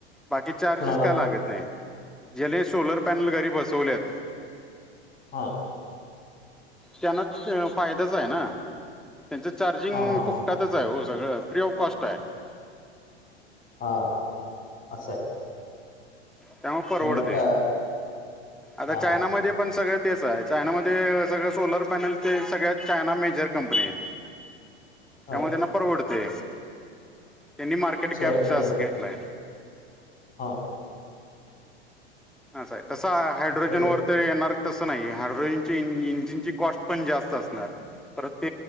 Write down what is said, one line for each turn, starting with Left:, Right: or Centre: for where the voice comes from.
Centre: बाकी चार्जेस
Left: कोणाला
Centre: काय लागत नाही ज्याला सोलर पॅनल घरी बसवल्यात.
Left: हा.
Centre: त्यांना फायदाच आहे ना. त्यांचं चार्जिंग
Left: हा हा
Centre: फुकटातच
Left: हा
Centre: आहे ओ सगळं फ्री ऑफ कॉस्ट आहे.
Left: हा असं आहे.
Centre: त्यामुळे परवडतंय
Left: नक्का
Centre: आता
Left: हा
Centre: चायनामध्ये
Left: हा
Centre: पण सगळं तेच आहे चायनामध्ये सगळं सोलर पॅनल तेन सगळ्या चायना मेजर कंपन्या आहेत.
Left: <inaudible>
Centre: त्यामुळे
Left: हा
Centre: त्यांना परवडतंय त्यांनी मार्केट
Left: सोलर
Centre: कॅप
Left: पॅनल
Centre: जास्त घेतलाय.
Left: हा.
Centre: असं आहे कसं आहे हायड्रोजन
Left: असं आहे
Centre: वर तर येणार. तस नाहीये हायड्रोजन च्या इंजिनची कॉस्ट पण जास्त असणार परत.